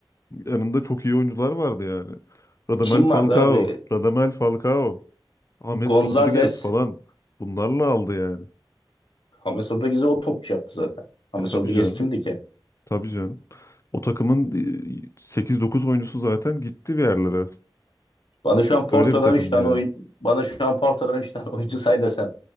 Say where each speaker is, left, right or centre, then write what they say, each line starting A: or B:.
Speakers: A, on the left; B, on the left.
A: yanında çok iyi oyuncular vardı yani. Radamel
B: Kim
A: Falcao,
B: vardı abi?
A: Radamel Falcao, James
B: Gonzalez.
A: Rodriguez falan bunlarla aldı yani.
B: James Rodriguez'e o topçu yaptı zaten. James
A: E tabii
B: Rodriguez
A: canım.
B: kimdi ki?
A: Tabii canım. O takımın e, 8-9 oyuncusu zaten gitti bir yerlere.
B: Bana şu an Porto'dan
A: Öyle bir takımdı
B: 3 tane oyun
A: yani.
B: bana şu an Porto'dan 3 tane <laughs> oyuncu say desem